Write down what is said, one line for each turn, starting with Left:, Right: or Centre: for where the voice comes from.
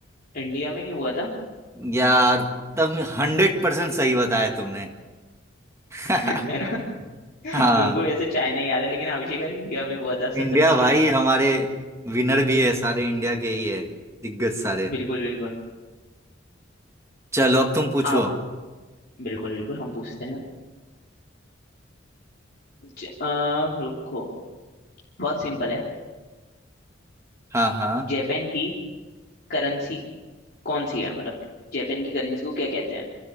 Left: इंडिया में ही हुआ था <laughs>
Right: यार तब हंड्रेड परसेंट सही बताया तुमने <laughs>
Left: है ना
Right: हाँ
Left: लोगों को वैसे चाइना याद है लेकिन आविष्कार इंडिया में हुआ था
Right: इंडिया
Left: शतरंज
Right: भाई
Left: का
Right: हमारे विनर भी है सारे इंडिया के ही है दिग्गज सारे
Left: बिल्कुल बिल्कुल
Right: चलो अब तुम पूछो
Left: आप बिल्कुल बिल्कुल हम पूछते हैं ज, आ, रुको बहुत सिंपल है
Right: हाँ हाँ
Left: जापान की करेंसी कौन सी है मतलब जापान की करेंसी को क्या कहते हैं